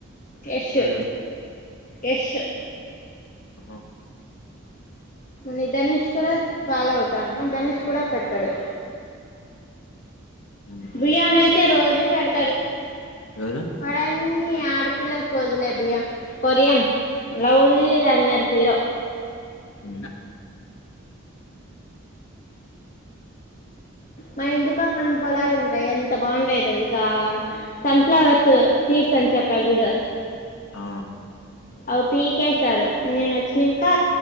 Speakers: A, on the left (about 40°); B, on the left (about 75°).
A: యష్షు.
B: ఎవరు
A: యష్షు
B: అహ
A: నీ ధనుష్ కూడా ఫాలో అవుతాను ధనుష్ కూడా పెట్టడు.
B: ఉమ్
A: భియాన్ అయి తే రోజు పెడుతడు
B: ఎవరు
A: వాడన్నీ ఆడపిల్లలు ఫోజులే భియాన్ కొరియన్ లవ్లీ రన్నర్ హీరో
B: అ
A: మా ఇంటి పక్కన పొలలుంటై ఎంత బాగుంటాయో తెలుసా సన్ఫ్లవర్స్ సీడ్స్ అని చెప్పా చూడు.
B: ఆ
A: అవి పీకేశారు నేన వచ్చిన ఇంకా